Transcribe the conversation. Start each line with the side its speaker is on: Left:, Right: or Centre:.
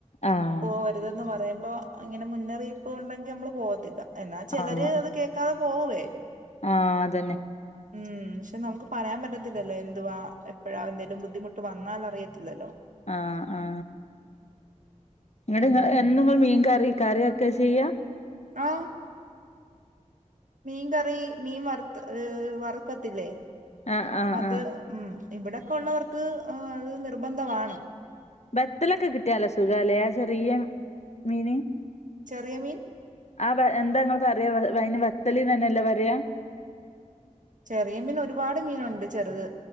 Left: ആഹ്
Right: പോവരുതെന്ന് പറയുമ്പോ ഇങ്ങനെ മുന്നറിയിപ്പ് ഉണ്ടെങ്കി അമ്മള് പോവത്തില്ല എന്നാ ചെലര്
Left: ആഹ്
Right: അത് കേക്കാതെ പോകുവേ
Left: ആഹ് അതന്നെ
Right: ഉം പക്ഷെ നമുക്ക് പറയാൻ പറ്റത്തില്ലല്ലോ എന്തുവാ എപ്പഴാ എന്തേലും ബുദ്ധിമുട്ട് വന്നാൽ അറിയത്തില്ലല്ലോ
Left: ആഹ് ആഹ് ഇങ്ങട്
Right: അങ്ങനെ
Left: ഇങ്ങള് എന്നും ഇങ്ങള് മീൻ കറി കറിയാക്കാ ചെയ്യാ
Right: ആഹ് മീൻ കറി മീൻ വറത്ത് ഹ് വറ്ക്കത്തില്ലേ
Left: ആഹ് ആഹ്
Right: അത്
Left: ആഹ്
Right: ഉം ഇവിടൊക്കെ ഉള്ളവർക്ക് അത് നിർബന്ധമാണ്
Left: ബത്തലൊക്കെ കിട്ടിയാ നല്ല സുഖാല്ലേ ആ ചെറിയ മീന്
Right: ചെറിയമീൻ
Left: ആഹ് വാ എന്താ ഇങ്ങള് പറ്യാ വ വയിന് വത്തല്നെന്നെല്ലെ പറയാ
Right: ചെറിയ മീൻ ഒരുപാട് മീനുണ്ട് ചെറ്ത്